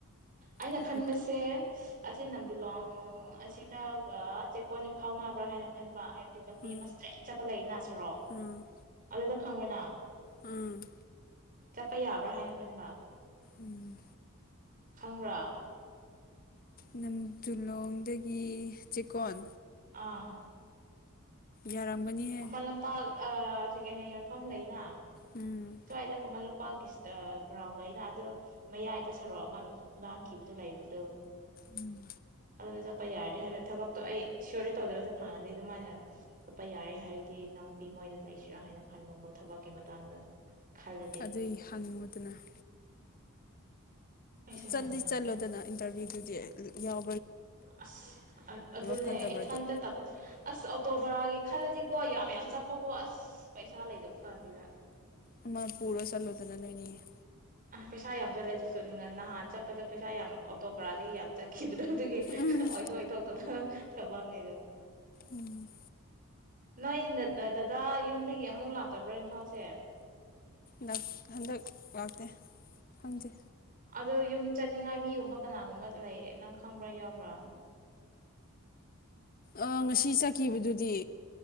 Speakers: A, on the right; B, on the left.
A: ꯑꯩꯅ
B: ꯑꯣ
A: ꯈꯟꯕꯁꯦ ꯑꯁꯤ ꯅꯝꯗꯤꯂꯣꯡ ꯑꯁꯤꯗꯒ ꯆꯦꯛꯀꯣꯟꯁꯦ ꯐꯥꯎꯅꯕ꯭ꯔꯥ ꯍꯥꯏꯅ ꯈꯟꯕ ꯍꯥꯏꯕ ꯂꯝꯕꯤ
B: ꯎꯝ
A: ꯑꯃ ꯏꯁꯇ꯭ꯔꯦꯠ ꯆꯠꯄ ꯂꯩꯅ ꯁꯔꯣꯛ
B: ꯎꯝ
A: ꯑꯗꯨꯗ ꯈꯪꯕꯔꯥꯅꯥ?
B: ꯎꯝ꯫
A: ꯆꯠꯄ ꯌꯥꯕ꯭ꯔꯥ ꯍꯥꯏꯅ ꯈꯟꯕ
B: ꯎꯝ꯫
A: ꯈꯪꯕ꯭ꯔꯥ?
B: ꯅꯝ ꯗꯨꯂꯣꯡꯗꯒꯤ ꯆꯦꯛꯀꯣꯟ
A: ꯑꯥ꯫
B: ꯌꯥꯔꯝꯒꯅꯤꯍꯦ
A: ꯃꯂ ꯄ ꯑ ꯁꯦꯀꯦꯟ ꯍꯦꯟ ꯌꯣꯟꯐꯝ ꯂꯩꯅ
B: ꯎꯝ
A: ꯁ꯭ꯋꯥꯏꯗ ꯈꯨꯃꯟ ꯂꯝꯄꯥꯛꯀꯤ ꯒ꯭ꯔꯥꯎꯟ ꯂꯩꯅ ꯑꯗꯨ ꯃꯌꯥꯏꯗ ꯁꯔꯣꯛ ꯑꯃ ꯂꯥꯟꯈꯤꯕꯗꯨ ꯂꯩꯕꯗꯣ
B: ꯎꯝ꯫
A: ꯑꯗꯨꯗ ꯆꯠꯄ ꯌꯥꯔꯗꯤꯦ ꯍꯥꯏꯕꯗꯤ ꯊꯕꯛꯇꯣ ꯑꯩ ꯏꯁꯣꯔꯗꯤ ꯇꯧꯗꯣꯏꯕꯗ ꯐꯪꯉꯗꯤ ꯑꯗꯨꯃꯥꯏꯅ ꯆꯠꯄ ꯌꯥꯔꯦ ꯍꯥꯏꯔꯗꯤ ꯅꯨꯄꯤ ꯃꯣꯏꯗ ꯂꯩꯁꯤꯔꯥ ꯍꯥꯏꯅ ꯈꯟꯕꯀꯣ ꯊꯕꯛꯀꯤ ꯃꯇꯥꯡꯗ ꯈꯜꯂꯗꯤ
B: ꯑꯗꯨꯏ ꯍꯪꯉꯨꯗꯅ ꯫
A: ꯑꯩꯁꯨ
B: ꯆꯠꯇꯤ
A: ꯒ꯭ꯌꯥꯟ ꯇꯥꯗꯦ
B: ꯆꯜꯂꯣꯗꯅ ꯏꯟꯇꯔꯚꯤꯌꯨꯗꯨꯗꯤ ꯫ ꯌꯥꯎ
A: ꯑꯁ ꯑꯗꯨꯅꯦ
B: ꯐꯠꯇꯕ꯭ꯔꯥꯗꯣ
A: ꯏꯊꯟꯇ ꯇ ꯑꯁ ꯑꯣꯇꯣ ꯕꯣꯔꯥꯒꯤ ꯈꯜꯂꯗꯤꯀꯣ ꯌꯥꯝ- ꯌꯥꯝ ꯆꯠꯄꯀꯣ ꯑꯁ ꯄꯩꯁꯥ ꯂꯩꯗꯕ ꯀꯥꯟꯁꯤꯗ
B: ꯑꯃ ꯄꯨꯔꯣ ꯆꯠꯂꯣꯗꯅ ꯅꯣꯏꯅꯤꯒꯤ꯫
A: ꯑ ꯄꯩꯁꯥ ꯌꯥꯝ ꯆꯠꯂꯦ ꯑꯗꯨꯁꯨ ꯅꯍꯥꯟ ꯆꯠꯄꯗ ꯄꯩꯁꯥ ꯌꯥꯝ ꯑꯣꯇꯣ ꯕꯔꯥꯗꯒꯤ ꯌꯥꯝ ꯆꯠꯈꯤꯕꯗ ꯫ ꯑꯗꯨꯒꯤ
B: ꯎꯝ
A: ꯑꯣꯏꯁꯨ ꯑꯣꯏꯊꯣꯛꯇꯕ ꯊꯕꯛꯅꯤꯗꯨ
B: ꯎꯝ꯫
A: ꯅꯣꯏ ꯗꯗꯥ ꯌꯨꯝꯗꯒꯤ ꯑꯃꯨꯛ ꯂꯥꯛꯇꯕ꯭ꯔꯣ ꯏꯝꯐꯥꯜꯁꯦ?
B: ꯗ ꯍꯟꯗꯛ ꯂꯥꯛ ꯇꯦ ꯈꯪꯖꯦ
A: ꯑꯗꯣ ꯌꯨꯝ ꯆꯠꯅꯤꯡꯉꯥꯏ ꯃꯤꯒꯨꯝꯕ ꯀꯅꯥꯒꯨꯝꯕ ꯂꯩꯌꯦ ꯅꯪ ꯈꯪꯕ꯭ꯔꯥ ꯌꯥꯎꯕ꯭ꯔꯥ?
B: ꯑ ꯉꯁꯤ ꯆꯠꯈꯤꯕꯗꯨꯗꯤ